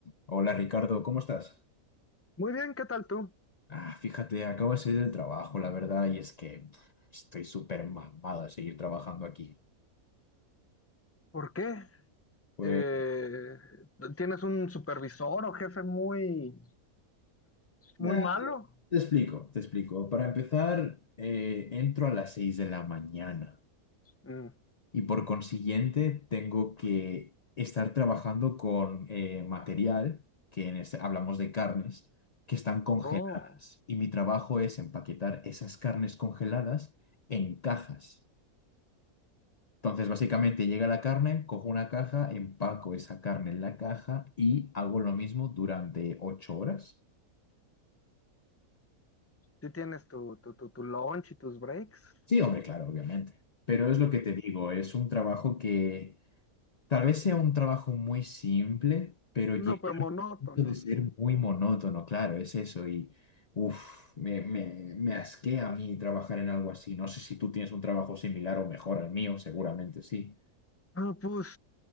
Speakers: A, on the left; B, on the left.
A: Hola Ricardo, ¿cómo estás?
B: Muy bien, ¿qué tal tú?
A: Ah, fíjate, acabo de salir del trabajo, la verdad, y es que pf, estoy súper mamado de seguir trabajando aquí.
B: ¿Por qué?
A: Pues
B: Eh, ¿tienes un supervisor o jefe muy,
A: nada,
B: muy malo?
A: te explico, te explico. Para empezar, eh, entro a las 6 de la mañana
B: Mm,
A: y por consiguiente tengo que estar trabajando con eh, material, que en este- hablamos de carnes, que están congeladas.
B: oh,
A: Y mi trabajo es empaquetar esas carnes congeladas en cajas. Entonces, básicamente llega la carne, cojo una caja, empaco esa carne en la caja y hago lo mismo durante ocho horas.
B: sí tienes tu, tu, tu, tu lunch y tus breaks.
A: Sí, hombre, claro, obviamente. Pero es lo que te digo, es un trabajo que tal vez sea un trabajo muy simple, pero
B: No,
A: llega
B: pero monótono,
A: al punto de ser
B: sí.
A: muy monótono, claro, es eso. Y, uff, me, me, me asquea a mí trabajar en algo así. No sé si tú tienes un trabajo similar o mejor al mío, seguramente sí.
B: Ah, pues